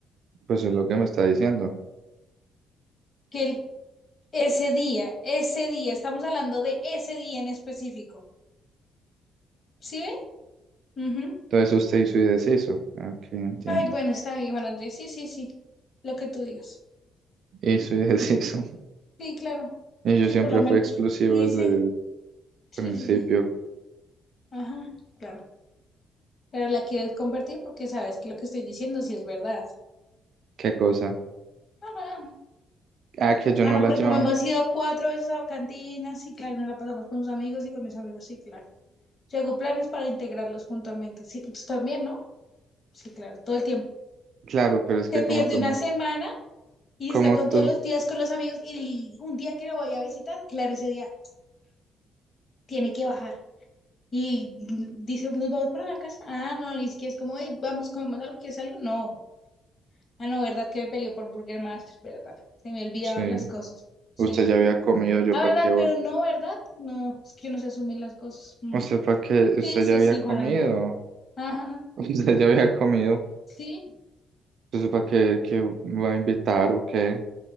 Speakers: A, on the right; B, on the left.
A: Pues es lo que me está diciendo.
B: Que el- ese día, ese día, estamos hablando de ese día en específico. ¿Sí ve? Ujú.
A: Entonces usted hizo y deshizo. Ah, Ok, entiendo.
B: Ay, bueno, está bien, Juan Andrés. Sí, sí, sí. Lo que tú digas.
A: Hizo y deshizo. <laughs>
B: Sí, claro.
A: Y yo
B: Sí,
A: siempre
B: por lo menos.
A: fui explosivo
B: Y
A: desde
B: dice,
A: el
B: sí,
A: principio.
B: sí, sí. Ajá, claro. Pero la quieres convertir porque sabes que lo que estoy diciendo sí es verdad.
A: ¿Qué cosa?
B: <laughs>
A: Ah, que yo
B: Ah,
A: no
B: no,
A: la
B: porque
A: llevaba.
B: como hemos ido cuatro veces a cantinas, sí, claro, nos la pasamos con sus amigos y con mis amigos, sí, claro. Yo hago planes para integrarlos juntamente. Sí, tú también, ¿no? Sí, claro, todo el tiempo.
A: Claro, pero es que
B: Se pierde
A: como tú
B: una
A: me...
B: semana y
A: Como
B: está con
A: tú...
B: todos los días con los amigos y un día que lo vaya a visitar, claro, ese día tiene que bajar. Y mm, dice, nos vamos para la casa. Ah, no, y es que es como, hey, vamos, comemos algo, ¿quieres algo? No. Ah, no, ¿verdad que me peleó por Burger Master? ¿Verdad? Se me olvidaban
A: Sí.
B: las cosas. Sí.
A: Usted ya había comido, yo
B: Ah,
A: para
B: ¿verdad?
A: qué voy.
B: Pero no, ¿verdad? No, es que uno se asume las cosas. Mm.
A: Usted para qué... Usted
B: Sí, sí,
A: ya había
B: sí,
A: comido.
B: Juan Andrés. Ajá,
A: <laughs> Usted ya había comido.
B: sí,
A: Entonces para qué, qué va a invitar o qué.